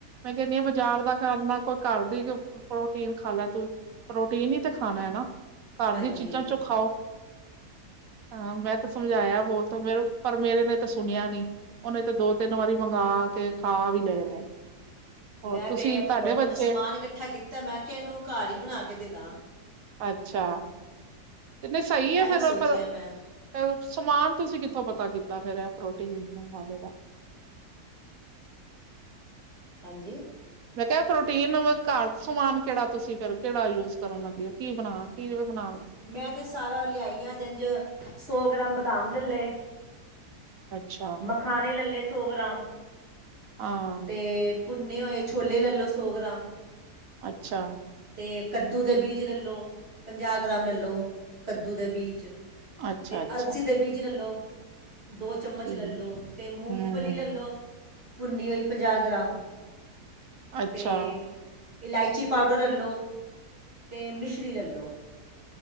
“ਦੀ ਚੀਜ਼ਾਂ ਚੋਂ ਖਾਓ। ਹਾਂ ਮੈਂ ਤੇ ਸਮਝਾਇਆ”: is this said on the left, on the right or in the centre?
Right